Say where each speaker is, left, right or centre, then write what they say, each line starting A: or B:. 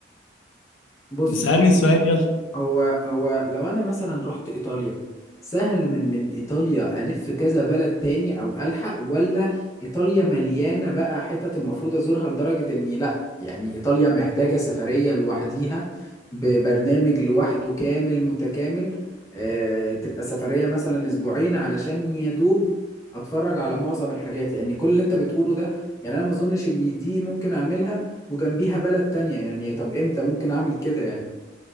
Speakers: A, on the left (about 15°); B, on the left (about 80°).
A: بص
B: اسالني السؤال يلا
A: هو هو لو انا مثلا رحت ايطاليا سهل من من ايطاليا الف كذا بلد تاني او الحق ولا ايطاليا مليانه بقى حتت المفروض ازورها لدرجه اني لا يعني ايطاليا محتاجه سفريه لوحديها ببرنامج لوحده كامل متكامل آه تبقى سفريه مثلا اسبوعين علشان يا دوب اتفرج على معظم الحاجات لان كل اللي انت بتقوله ده يعني انا ما اظنش ان دي ممكن اعملها وجنبيها بلد تانية يعني طب امتى ممكن اعمل كده يعني